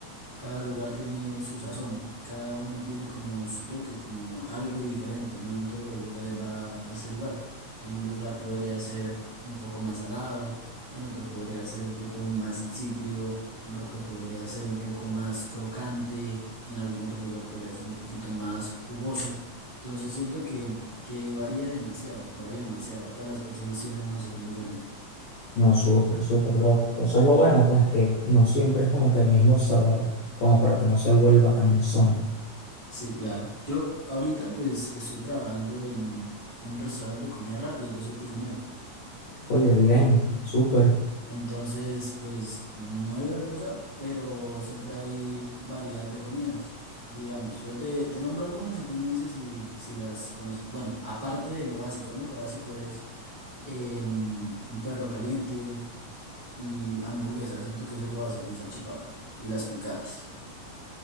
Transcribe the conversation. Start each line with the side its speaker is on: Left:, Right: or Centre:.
Right: Cada lugar tiene su sazón, cada uno tiene como su toque, como algo diferente, no en todos los lugares va a ser igual. En un lugar podría ser un poco más salado, en otro podría ser un poco más insípido, en otro podría ser un poco más crocante, en algún otro lugar podría ser un poquito más jugoso. Entonces siento que, que varía demasiado, varía demasiado. Todas las personas tienen una sazón diferente.
Left: No, súper, súper, bro. Eso es lo bueno, pues que no siempre es como que el mismo sabor, como para que no se vuelva cansón.
Right: Sí, claro. Yo ahorita pues estoy trabajando en, en un restaurante de comida rápida, yo soy cocinero.
Left: Oye, bien, súper.
Right: Entonces, pues no hay gran cosa, pero siempre hay variedad de comidas. Digamos, yo te, te nombro algunas y tú me dices si, si las conoces. Bueno, aparte de lo básico, ¿no? Lo básico es em, un perro caliente y hamburguesa, siento que eso es lo básico, y salchipapa y las picadas.